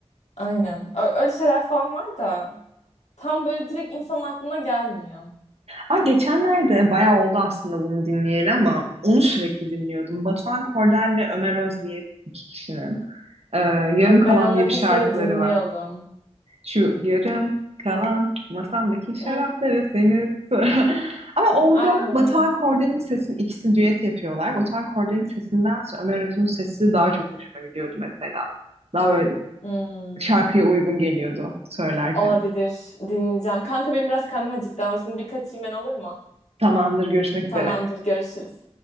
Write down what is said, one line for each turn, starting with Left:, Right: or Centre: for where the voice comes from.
Left: Aynen. Ö- Öyle şeyler falan var da. tam böyle direkt insanın aklına gelmiyor.
Right: Aa, geçenlerde bayağı oldu aslında bunu dinleyeli ama onu sürekli dinliyordum. Batuhan Kordel ve Ömer Öz diye iki kişinin. e, Yarım
Left: Abi
Right: Kalan
Left: ben onları
Right: diye bir
Left: lisede
Right: şarkıları
Left: dinliyordum.
Right: var. Şu yarım kalan masamdaki şarapları
Left: <laughs>
Right: senin sıra- <laughs> Ama orada
Left: Aynen
Right: Batuhan
Left: aynen.
Right: Korde'nin sesini ikisi düet yapıyorlar. Batuhan Korde'nin sesindense Ömer Öz'ün sesi daha çok hoşuma gidiyordu mesela. Daha böyle
Left: Hmm,
Right: şarkıya uygun geliyordu söylerken.
Left: olabilir. Dinleyeceğim. Kanka benim biraz karnım acıktı ama şimdi bir kaçayım ben olur mu?
Right: Tamamdır, görüşmek üzere.
Left: Tamamdır, görüşürüz.